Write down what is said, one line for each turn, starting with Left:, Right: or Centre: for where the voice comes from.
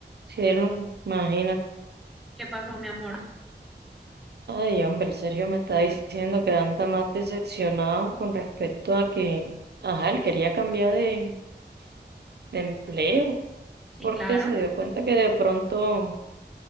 Right: Cielo, imagínate.
Centre: ¿Qué pasó, mi amor?
Right: Ay, hombre, el Sergio me está diciendo que anda más decepcionado con respecto a que, ajá, él quería cambiar de, de empleo
Centre: Sí,
Right: porque
Centre: claro.
Right: se dio cuenta que de pronto